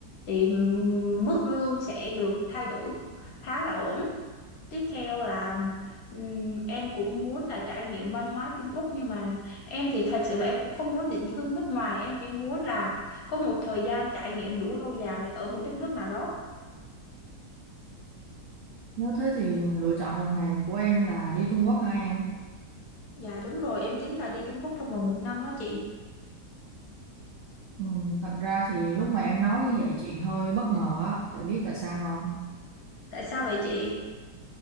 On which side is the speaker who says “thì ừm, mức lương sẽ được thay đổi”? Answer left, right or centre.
Left